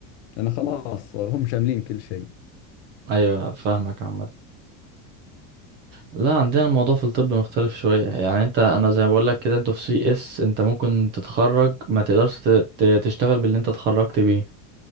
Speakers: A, on the left; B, on the right.
A: لأن خلاص هم شاملين كل شيء
B: ايوه فاهمك عامه لا عندنا الموضوع في الطب مختلف شوية يعني انت انا زي ما بقول لك كده انتوا في سي اس انت ممكن تتخرج ما تقدرش ت- ت- تشتغل باللي انت اتخرجت بيه